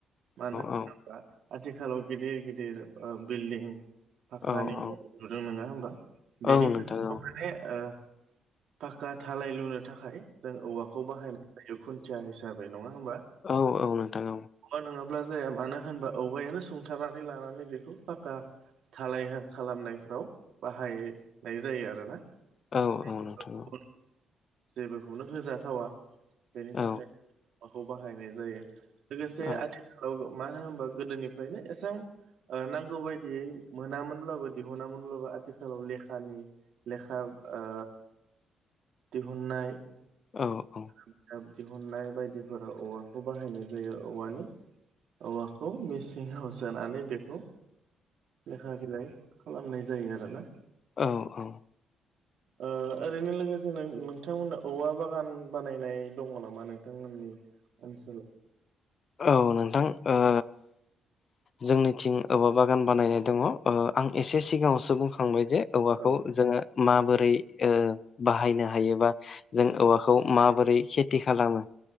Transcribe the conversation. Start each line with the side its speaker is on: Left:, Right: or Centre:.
Right: मानो होनोब्ला
Left: औ
Right: आथिखालाव गिदिर गिदिर ओ बिल्डिं फाकानि
Left: औ
Right: न' लुदों नङा होमबा बेनि
Left: औ नोंथां
Right: थाखायबो
Left: औ
Right: माने ओ पाखा थालाय लुनो थाखाय जों औवाख खौ बाहायनाय जायो खुन्थिया हिसाबै नङा होमबा
Left: औ औ नोंथां औ
Right: औवा नङाब्ला जाया मानो होनबा औवायानो सुंथारनानै लानानै बेखौ फाका थालाय खालामनायफ्राव बाहायनाय जायो आरोना <inaudible>
Left: औ औ नोंथां औ
Right: जेबोखौनो होजाथावा बेनि
Left: औ
Right: थाखाय औवाखौ बाहायनाय जायो लोगोसे
Left: औ
Right: आथिखालाव मा होनोबा गोदोनि फायनो एसां ओ नांगौ बायदियै मोनामोनब्लाबो दिहुनामोनब्लाबो आथिखालाव लेखानि लेखाब ओ दिहुननाय
Left: औ औ
Right: बिजाब दिहुननाय बायदिफोर औवाखौ बाहायनाय जायो औवानि औवाखौ मिस निहाव सोनानै बेखौ लेखा बिलाइ खालामनाय जायो आरोना
Left: औ औ
Right: <inaudible> ओ ओरैनो लोगोसे नों नोंथांमोननो औवा बागान बानायनाय दङ नामा नोंथांमोननि? ओनसोलाव
Left: औ नोंथां ओ जोंनिथिं औवा बागान बानायनाय दङ ओ आं एसे सिगाङावसो बुंखांबाय जे औवाखौ
Right: औ
Left: जोङो माबोरै बाहायनो हायोबा जों औवाखौ माबोरै खेथि खालामो